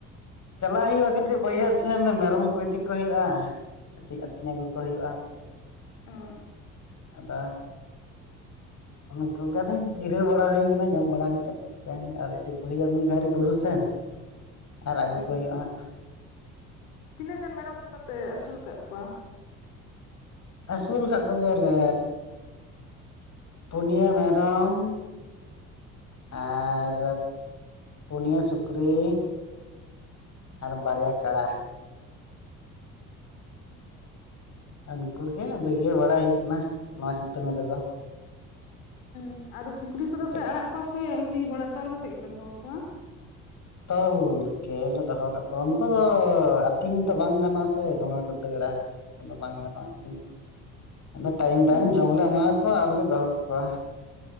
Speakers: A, on the left; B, on the left.
A: ᱪᱟᱞᱟᱜ ᱦᱩᱭᱩᱜᱼᱟ ᱠᱟᱹᱴᱤᱡ ᱵᱟᱹᱭᱦᱟᱹᱲ ᱥᱮᱱ ᱢᱮᱨᱚᱢ ᱠᱚ ᱤᱫᱤ ᱠᱚ ᱦᱩᱭᱩᱜᱼᱟ ᱠᱟᱹᱴᱤᱡ ᱟᱹᱛᱤᱧ ᱟᱹᱜᱩ ᱠᱚ ᱦᱩᱭᱩᱜᱼᱟ
B: ᱚᱻ
A: ᱟᱫᱚ ᱚᱱᱠᱩ ᱜᱮ ᱟᱫᱚᱧ ᱡᱤᱨᱟᱹᱣ ᱵᱟᱲᱟ ᱦᱩᱭ ᱟᱠᱟᱱᱟ ᱡᱚᱢ ᱵᱟᱲᱟ ᱠᱟᱛᱮᱫ ᱥᱮᱱ ᱟᱨ ᱤᱫᱤ ᱠᱚ ᱦᱩᱭᱩᱜᱼᱟ ᱢᱤᱫ ᱜᱷᱟᱹᱲᱤᱡ ᱵᱩᱨᱩ ᱥᱮᱱ ᱟᱨ ᱟᱹᱜᱩ
B: ᱚ
A: ᱠᱚ ᱦᱩᱭᱩᱜᱼᱟ ᱦᱟᱜ
B: ᱛᱤᱱᱟᱹᱜ ᱜᱟᱱ ᱢᱮᱨᱚᱢ ᱠᱚᱫᱚ ᱯᱮ ᱟᱹᱥᱩᱞ ᱟᱠᱟᱫ ᱠᱚᱣᱟ?
A: ᱟᱹᱥᱩᱞ ᱟᱠᱟᱫ ᱠᱚᱜᱮᱭᱟ ᱞᱮᱻ ᱯᱩᱱᱭᱟᱹ ᱢᱮᱨᱚᱢ ᱟᱨ ᱯᱩᱱᱭᱟᱹ ᱥᱩᱠᱨᱤ ᱟᱨ ᱵᱟᱨᱭᱟ ᱠᱟᱲᱟ ᱩᱱᱠᱩᱜᱮ ᱵᱤᱜᱟᱹᱣ ᱵᱟᱲᱟᱭ ᱦᱩᱭᱩᱜ ᱠᱟᱱᱟ ᱱᱚᱣᱟ ᱥᱤᱛᱩᱝ ᱨᱮᱫᱚ
B: ᱦᱮᱸ ᱟᱫᱚ ᱥᱩᱠᱨᱤ ᱠᱚᱫᱚ
A: ᱠᱟᱹᱴᱤᱡ
B: ᱯᱮ ᱟᱲᱟᱜ ᱠᱚᱣᱟ ᱥᱮ ᱮᱢᱱᱤ ᱜᱚᱲᱟ ᱛᱚᱞ ᱠᱟᱛᱮᱜ ᱜᱮᱯᱮ ᱫᱚᱦᱚ ᱠᱟᱠᱚᱣᱟ?
A: ᱛᱚᱞ ᱜᱮᱞᱮ ᱫᱚᱦᱚ ᱟᱠᱟᱫ ᱠᱚᱣᱟ, ᱩᱱᱠᱩ ᱫᱚ ᱟᱹᱛᱤᱧ ᱛᱚ ᱵᱟᱝ ᱜᱟᱱᱚᱜᱼᱟ ᱥᱮ ᱫᱚᱢᱮ ᱠᱚ ᱫᱟᱹᱲᱟ᱾ ᱟᱫᱚ ᱵᱟᱝ ᱜᱟᱱᱚᱜᱼᱟ ᱟᱛᱤᱧ ᱟᱫᱚ ᱴᱟᱭᱤᱢ
B: ᱦᱩᱸ
A: ᱴᱟᱭᱤᱢ ᱡᱚᱢᱞᱮ ᱮᱢᱟᱣᱟᱠᱚᱣᱟ ᱟᱨᱞᱮ ᱫᱚᱦᱚ ᱠᱟᱠᱚᱣᱟ